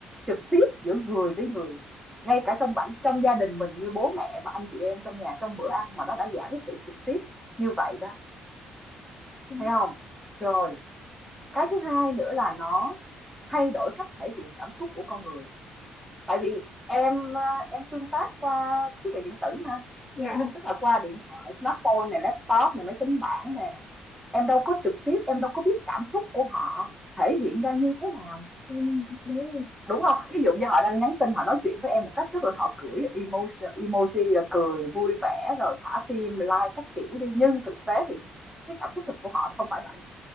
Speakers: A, in the centre; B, on the left.
A: trực tiếp giữa người với người. Ngay cả trong bản trong gia đình mình như bố mẹ và anh chị em trong nhà trong bữa ăn mà nó đã giảm cái sự trực tiếp như vậy đó,
B: Đúng,
A: thấy không? Rồi, cái thứ hai nữa là nó thay đổi cách thể hiện cảm xúc của con người. Tại vì em à, em tương tác qua thiết bị điện tử mà
B: dạ
A: tức là qua điện thoại smartphone này laptop này máy tính bảng nè em đâu có trực tiếp em đâu có biết cảm xúc của họ thể hiện ra như thế nào
B: Ừ, đấy là-
A: đúng không ví dụ như họ đang nhắn tin họ nói chuyện với em một cách rất là họ gửi emoji emoji là cười vui vẻ rồi thả tim like các kiểu đi nhưng thực tế thì cái cảm xúc thực của họ thì không phải vậy